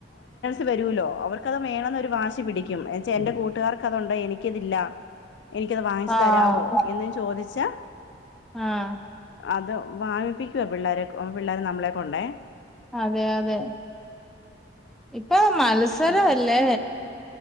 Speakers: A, on the left; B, in the centre.
A: <inaudible> വരൂല്ലോ അവർക്ക് വേണന്നരു വാശി പിടിക്കും എന്നച്ച എന്റെ കൂട്ടുകാർക്ക് അതുണ്ട് എനിക്കതില്ല എനിക്കത് വാങ്ങിച്ചച്ച്
B: ആഹ്
A: തരാമോ എന്നും ചോദിച്ചാൽ
B: ആഹ്
A: അതോ വാങ്ങിപ്പിക്കുവ പിള്ളാരരെ പിള്ളേർ നമ്മളെ കൊണ്ടേ
B: അതെ അതെ പപ്പ മാലസര
A: ആഹ്
B: അല്ലേ